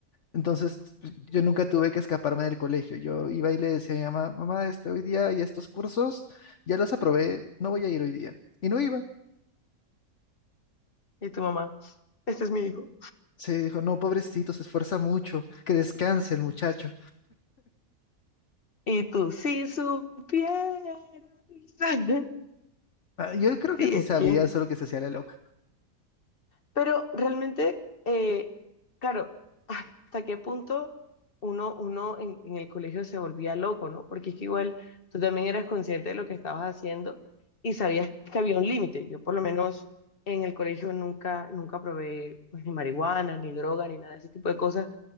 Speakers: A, on the left; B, on the left.
A: Entonces, yo nunca tuve que escaparme del colegio. Yo iba y le decía a mi mamá, mamá, este, hoy día y estos cursos ya los aprobé, no voy a ir hoy día. Y no iba.
B: y tu mamá, este es mi hijo.
A: Se dijo, no, pobrecito, se esfuerza mucho, que descanse el muchacho.
B: Y tú, si supieras. <laughs>
A: Ah, Yo creo
B: Sí,
A: que sí
B: es
A: sabía,
B: que
A: solo que se hacía la loca.
B: Pero realmente, eh, claro, hasta qué punto uno, uno en, en el colegio se volvía loco, ¿no? Porque es que igual tú también eras consciente de lo que estabas haciendo y sabías que había un límite. Yo por lo menos en el colegio nunca, nunca probé pues, ni marihuana, ni droga, ni nada de ese tipo de cosas,